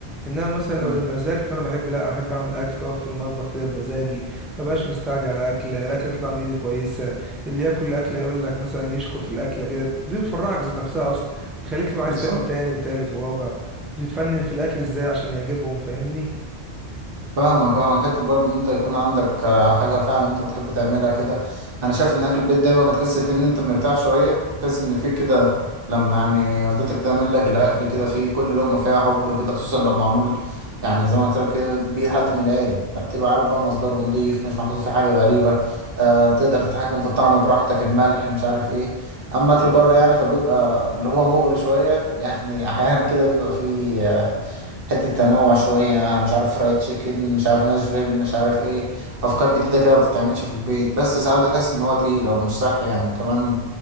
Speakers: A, in the centre; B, on the right.
A: انما مثلا
B: م.
A: لو للمزاج فانا بحب لا احب اعمل اكل واقف في المطبخ كده بمزاجي ما بقاش مستعجل على اكله الاكله تطلع من ايدي كويسه اللي ياكل الاكله يقول لك مثلا يشكر في الاكله كده دي بتفرحك ذات نفسها اصلا بتخليك تبقى عايز
B: بالظبط
A: تعمل تاني وتالت ورابع وتتفنن في الاكل ازاي عشان يعجبهم فاهمني
B: فاهمك اه حته برضه ان انت يكون عندك آه، حاجه فعلا انت بتحب تعملها كده انا شايف ان اكل البيت دايما بتحس فيه ان انت مرتاح شويه تحس ان فيك كده لما يعني والدتك تعمل لك الاكل كده فيه كل لقمه فيها حب كده خصوصا لو معمول يعني زي ما قلت لك كده بيه حد من العيله بتبقى عارف بقى مصدره نضيف مش محطوط فيه حاجه غريبه آه تقدر تتحكم في الطعم براحتك الملح مش عارف ايه اما اكل بره يعني فبيبقى اللي هو مغري شويه <laughs> يعني احيانا كده بيبقى فيه حتة تنوع شوية مش عارف فرايد تشيكن مش عارف ناشفيل مش عارف ايه أفكار جديدة كده ما بتتعملش في البيت بس ساعات بتحس إن هو تقيل أو مش صح يعني كمان